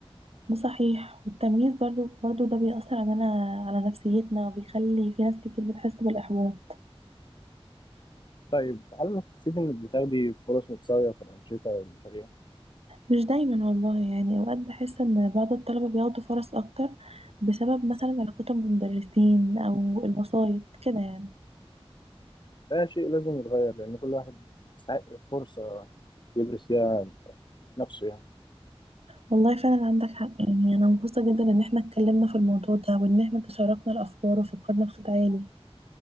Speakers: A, on the right; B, on the left.
A: ده صحيح والتمييز برضو برضو ده بيأثر علينا على نفسيتنا وبيخلي في ناس كتير بتحس بالإحباط
B: طيب هل حسيت انك بتاخدي فرص متساويه في الانشطه والمشاريع
A: مش دايما والله يعني أوقات بحس إن بعض الطلبة بياخدوا فرص أكتر بسبب مثلا علاقتهم بالمدرسين أو الوسايط كده يعني
B: ده شيء لازم يتغير لان كل واحد يستحق فرصه يبرز فيها نفسه يعني
A: والله فعلا عندك حق يعني أنا مبسوطة جدا إن احنا اتكلمنا في الموضوع ده وإن احنا تشاركنا الأفكار وفكرنا بصوت عالي